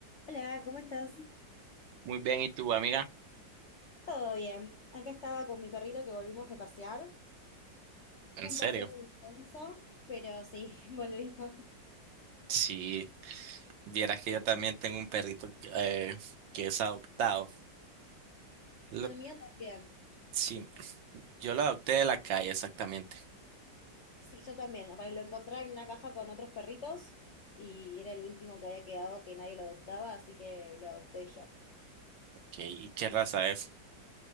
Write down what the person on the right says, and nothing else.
Muy bien, ¿y tú, amiga?
En
serio,
si vieras que yo también tengo un perrito que eh, que es adoptado. Lo-
sí, yo lo adopté de la calle, exactamente.
Ok, ¿y qué raza es?